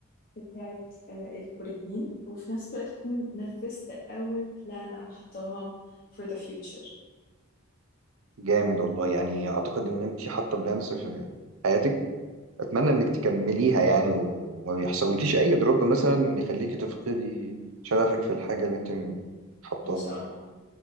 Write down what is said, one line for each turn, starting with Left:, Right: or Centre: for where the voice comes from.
Left: بتاعت آه، الكوريين وفي نفس الوقت اكون نفذت اول بلان انا حطاها for the future
Right: جامد والله يعني اعتقد ان انت حاطه بلانس في حياتك اتمنى انك تكمليها يعني وما يحصلكيش اي دروب مثلا يخليكي تفقدي شغفك في الحاجه اللي انت حطاها
Left: ان شاء
Right: يعني
Left: الله